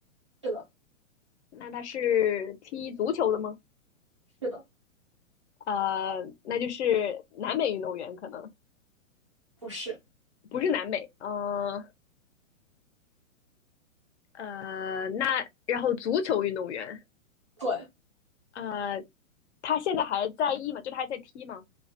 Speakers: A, on the right; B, on the left.
A: 是的，
B: 那他是踢足球的吗？
A: 是的，
B: 呃，那就是南美运动员，可能
A: 不是，
B: 不是南美。嗯呃，呃那然后足球运动员，
A: 对，
B: 呃，他现在还在役吗？就他还在踢吗？